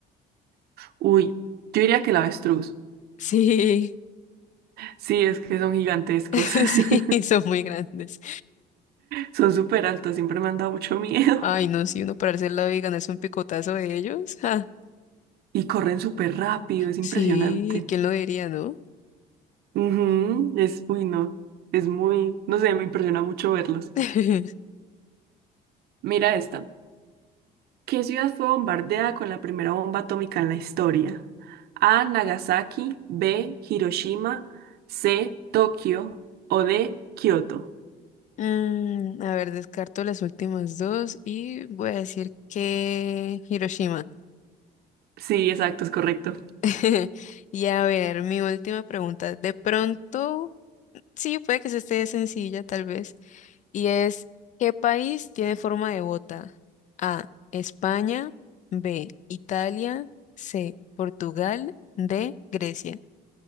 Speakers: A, on the right (about 70°); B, on the left (about 45°).
A: Uy, yo diría que el avestruz.
B: Sí,
A: Sí, es que son gigantescos.
B: <laughs>
A: <laughs>
B: sí, son muy grandes.
A: Son súper altos, siempre me han dado mucho miedo.
B: Ay, no, si uno para hacer la y ganarse un picotazo de ellos. ja.
A: Y corren súper rápido, es impresionante.
B: Sí, ¿quién lo diría, no?
A: Ujú, Es, uy, no, es muy, no sé, me impresiona mucho verlos.
B: <laughs>
A: Mira esta. ¿Qué ciudad fue bombardeada con la primera bomba atómica en la historia? A. Nagasaki, B. Hiroshima, C. Tokio o D. Kioto.
B: Mm, a ver, descarto las últimas dos y voy a decir que Hiroshima.
A: Sí, exacto, es correcto.
B: <laughs> Y a ver, mi última pregunta. De pronto... Sí, puede que se esté sencilla, tal vez. Y es, ¿qué país tiene forma de bota? A, España, B, Italia, C, Portugal, D, Grecia.